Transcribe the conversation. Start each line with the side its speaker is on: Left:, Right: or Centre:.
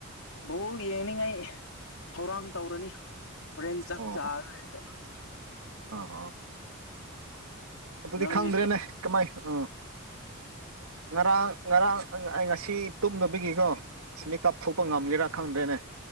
Left: ꯕꯣꯜ ꯌꯦꯡꯅꯤꯡꯉꯥꯏ ꯊꯧꯔꯥꯡ ꯇꯧꯔꯅꯤ ꯍꯣꯔꯦꯟ ꯆꯥꯛ
Right: ꯑꯣ
Left: ꯆꯥꯔ ꯂꯩꯔꯗꯤ
Right: ꯑꯣ ꯑꯣ ꯑꯗꯨꯗꯤ
Left: ꯅꯪꯗꯤ
Right: ꯈꯪꯗ꯭ꯔꯦꯅꯦ ꯀꯃꯥꯏ ꯑꯥ ꯉꯔꯥꯡ ꯉꯔꯥꯡ ꯑꯩ ꯉꯁꯤ ꯇꯨꯝꯗꯕꯒꯤꯀꯣ ꯃꯤꯀꯞ ꯊꯣꯛꯄ ꯉꯝꯒꯦꯔꯥ ꯐꯪꯗ꯭ꯔꯦꯅꯦ